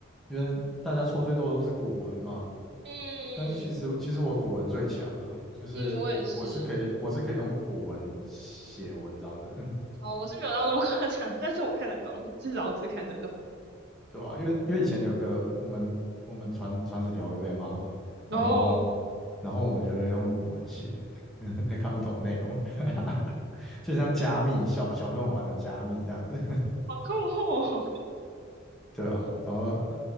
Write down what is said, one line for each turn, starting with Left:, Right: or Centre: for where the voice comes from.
Centre: 因为大家错最多的都是古文嘛，
Right: 嗯
Centre: 但是其实其实我古文最强啊，就是我我是可以我是可以用古文写文章的人，
Right: 嗯，我也是，哦，我是没有到那么夸张，<laughs> 但是我看得懂，至少我是看得懂。
Centre: <laughs> 对啊，因为因为以前有一个我们我们传传纸条会被骂嘛，
Right: 哦，
Centre: 然后然后我们就会用古文写，<laughs> 还看不懂内容，<laughs> 就像加密小小朋友玩的加密这样子，
Right: 好困惑哦。
Centre: <laughs> 对啊，然后。